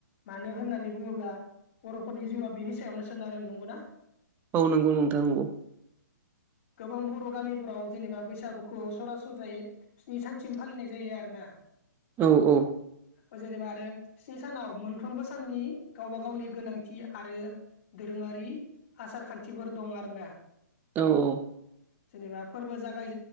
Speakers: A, on the left; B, on the right.
A: मानो होननानै बुङोब्ला बर'फोरनि जिउआ बिनि सायावनो सोनारो नंगौ ना?
B: औ नंगौ नोंथाङा नंगौ।
A: गोबां बर' गामिफोराव जेनेबा बैसागुखौ सरासनस्रायै स्नि सानसिम फालिनाय जायो आरोना
B: औ औ
A: ओ जेनेबा आरो स्नि सानाव मोनफ्रोमबो साननि गावबा गावनि गोनांथि आरो दोरोङारि आसार खान्थिफोर दं आरना
B: औ औ
A: जेनेबा फोरबो जागाय